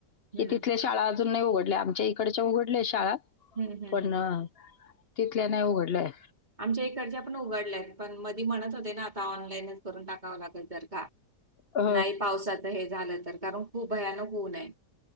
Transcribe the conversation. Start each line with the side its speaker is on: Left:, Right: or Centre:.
Right: हं.
Left: तथ श अज नाही उघडले आमच्या इकडच्या उघडल्या शाळा
Right: हं, हं,
Left: पण
Right: हं, हं.
Left: तिथल्या नाही उघडलंय
Right: आमच्या इकर्च्या पण उघडल्यात पण मधी म्हणत होते ना आता ऑनलाईनच करून टाकावं लागेल जर का
Left: अ,
Right: नाही पावसाात हे झालं तर कारण खूप भयानक होऊनय